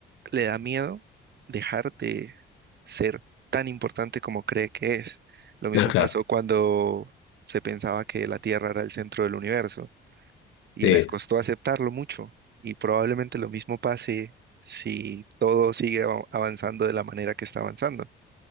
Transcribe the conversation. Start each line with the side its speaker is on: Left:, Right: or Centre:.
Right: le da miedo dejar de ser tan importante como cree que es. Lo mismo
Left: Ah, claro.
Right: pasó cuando se pensaba que la Tierra era el centro del universo y
Left: Sí.
Right: les costó aceptarlo mucho. Y probablemente lo mismo pase si todo sigue av- avanzando de la manera que está avanzando.